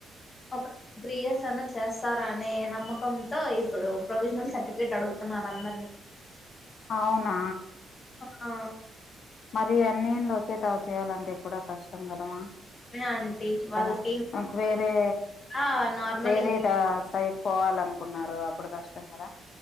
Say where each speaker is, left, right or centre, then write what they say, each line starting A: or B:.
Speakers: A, on the left; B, on the left.
A: ఒక త్రీ ఇయర్స్ అన్న చేస్తార నే నమ్మకంతో ఇప్పుడు ప్రొవిజనల్ సర్టిఫికేట్ అడుగుతన్నారు అందరినీ.
B: అవునా
A: ఆ
B: మరి అన్నేన్లు ఒకే తావు చేయాలంటే కూడా కష్టం కదమ్మా
A: ఆంటీ వాళ్ళకి
B: <unintelligible> మాక్వేరే
A: ఆ నార్మల్
B: వేరే
A: ఇంక
B: <unintelligible> సై. పోవాలనుకున్నారు అప్పుడు కష్టం కదా!